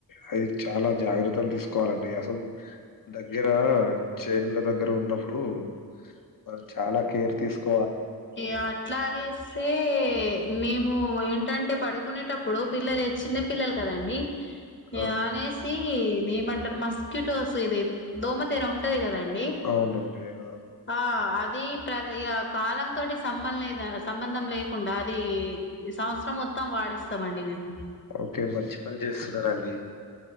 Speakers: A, on the left; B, on the left.
A: అది చాలా జాగ్రత్తలు తీసుకోవాలండి అసలు దగ్గర చేన్ల దగ్గర ఉన్న ఇప్పుడు మనం చాలా కేర్ తీసుకు
B: ఇగ అట్లాదిస్తే మేము మేము ఏంటంటే పడుకునేటప్పుడు పిల్లలు వచ్చిన పిల్లలు కదండి ఇగ
A: ఆ!
B: అనేసి ఏమంటారు మస్క్యూటోస్ ఇది దోమతెర ఉంటది కదండి
A: అవునండి. ఆ!
B: ఆ అది ప్ర కాలం సంబం లేద సంబంధం లేకుండా అది సంవత్సరం మొత్తం వాడిస్తాండి మేము
A: ఓకే. మంచి పని చేస్తున్నారండి.